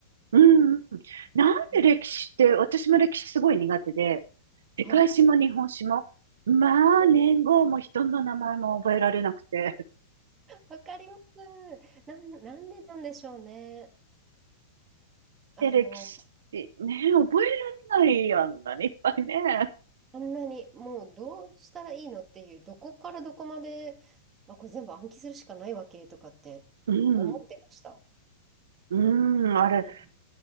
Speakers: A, on the right; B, on the right.
A: うん。なんで歴史って、
B: うん
A: 私も歴史すごい苦手で、世界史も日本史も、
B: はい。
A: まあ、
B: <laughs>
A: 年号も人の名前も覚えられなくて。
B: わかります。なん、なんでなんでしょうね。あの、
A: で、歴史、ね、覚えられないやんな、何いっぱいね。
B: あんなにもうどうしたらいいのっていう、どこからどこまで、まあ、これ全部暗記するしかないわけとかって思ってました。
A: うん。うん、あれ、
B: うん